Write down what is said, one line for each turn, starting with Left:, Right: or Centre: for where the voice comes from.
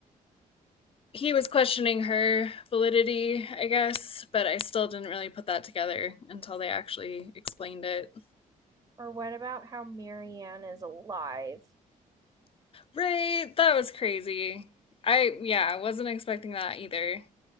Left: he was questioning her validity, I guess, but I still didn't really put that together until they actually explained it.
Right: Or what about how Marianne is alive?
Left: Right, that was crazy. I yeah, I wasn't expecting that either.